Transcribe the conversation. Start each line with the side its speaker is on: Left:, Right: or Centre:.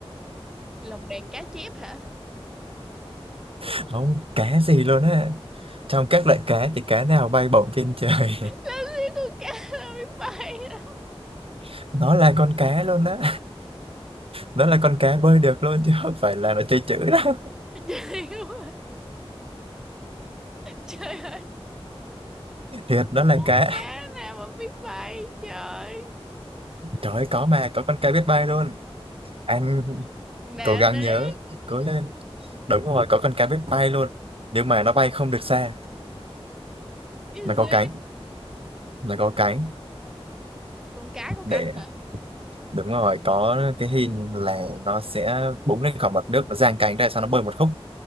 Centre: lồng đèn cá chép hả
Right: <laughs> không cá gì luôn á trong các loại cá thì cá nào bay bổng trên trời
Centre: làm gì con cá nó biết bay đâu
Right: <laughs> nó là con cá luôn á nó là con cá bơi được luôn chứ không phải là nó chơi chữ đó
Centre: <laughs> trời ơi trời ơi
Right: thiệt nó là
Centre: con
Right: cá
Centre: cá nào mà biết bay trời
Right: trời ơi, có mà có con cá biết bay luôn anh
Centre: nè
Right: cố gắng
Centre: nế
Right: nhớ cố lên đúng rồi có con cá biết bay luôn nhưng mà nó bay không được xa
Centre: cái
Right: nó
Centre: gì
Right: có cánh nó có cánh
Centre: con cá có
Right: để
Centre: cánh hả
Right: đúng rồi có cái hình là nó sẽ búng lên khỏi mặt nước nó giang cánh ra sau nó bơi một khúc